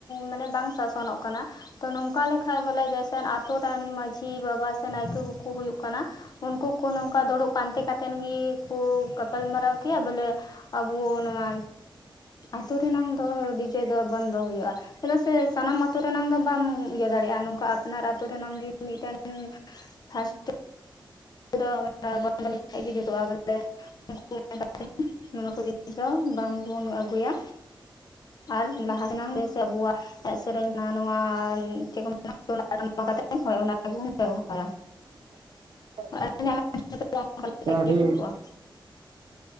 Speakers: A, on the left; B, on the right.
A: ᱢᱟᱱᱮ ᱵᱟᱝ ᱥᱟᱥᱚᱱᱚᱜ ᱠᱟᱱᱟ᱾ ᱛᱚ ᱱᱚᱝᱠᱟ ᱞᱮᱠᱷᱟᱡ ᱵᱚᱞᱮ ᱡᱮᱭᱥᱨ ᱟᱛᱩ ᱨᱮᱱ ᱢᱟᱺᱡᱷᱤ ᱵᱟᱵᱟ ᱥᱮ ᱱᱟᱭᱠᱮ ᱠᱩᱠᱩ ᱦᱩᱭᱩᱜ ᱠᱟᱱᱟ, ᱩᱱᱠᱩ ᱠᱩ ᱱᱚᱝᱠᱟ ᱫᱩᱲᱩᱵ ᱯᱟᱱᱛᱮ ᱠᱟᱛᱮᱱ ᱜᱤ ᱠᱩ ᱜᱟᱯᱟᱞ ᱢᱟᱨᱟᱣ ᱠᱮᱭᱟ ᱵᱚᱞᱮ ᱟᱵᱚ ᱱᱚᱣᱟ ᱟᱛᱩ ᱨᱮᱱᱟᱝ ᱫᱚ ᱰᱤᱡᱮ ᱫᱚ ᱵᱚᱱᱫᱚ ᱦᱩᱭᱩᱜ-ᱟ᱾ ᱪᱮᱫᱟᱜ ᱥᱮ ᱥᱟᱱᱟᱢ ᱟᱛᱳ ᱨᱮᱱᱟᱝ ᱫᱚ ᱵᱟᱢ ᱤᱭᱟᱹ ᱫᱟᱲᱮᱭᱟᱜ-ᱟ ᱱᱚᱝᱠᱟ ᱟᱯᱱᱟᱨ ᱟᱛᱳ ᱨᱮᱱᱟᱝ ᱜᱮ ᱢᱤᱫ ᱴᱮᱱ ᱥᱟᱥᱛᱷᱚ <inaudible> ᱡᱩᱛᱩᱜ-ᱟ ᱵᱚᱞᱮ <inaudible> ᱱᱚᱣᱟ ᱠᱚ ᱡᱤᱱᱤᱥ ᱫᱚ ᱵᱟᱝ ᱵᱚᱱ ᱟᱹᱜᱩᱭᱟ᱾ ᱟᱨ ᱞᱟᱦᱟ <inaudible> ᱜᱮ ᱥᱮ ᱟᱵᱚᱣᱟᱜ ᱮᱱᱮᱡ ᱥᱮᱨᱮᱧ ᱱᱟ ᱱᱚᱣᱟᱻ ᱪᱮᱫ ᱠᱚ <inaudible> ᱦᱳᱭ ᱚᱱᱟ ᱠᱚᱜᱮ ᱵᱚᱱ ᱵᱮᱵᱚᱦᱟᱨᱟ᱾
B: <inaudible>
A: <inaudible>
B: ᱛᱚ
A: ᱠᱚᱜ-ᱟ᱾
B: ᱟᱹᱰᱤ